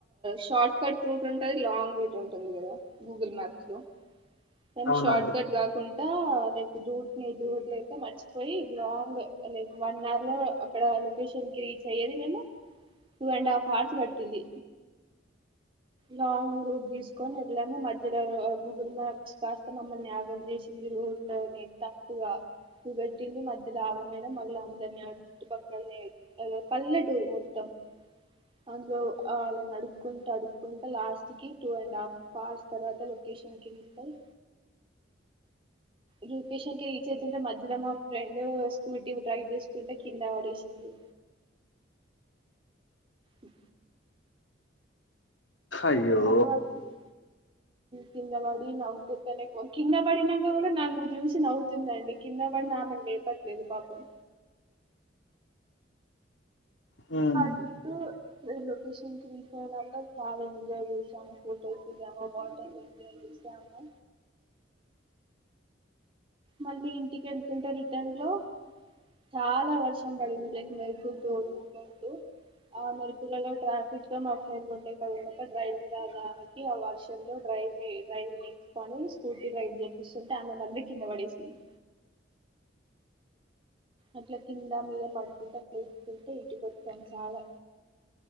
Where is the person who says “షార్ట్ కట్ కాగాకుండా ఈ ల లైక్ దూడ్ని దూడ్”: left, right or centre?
Right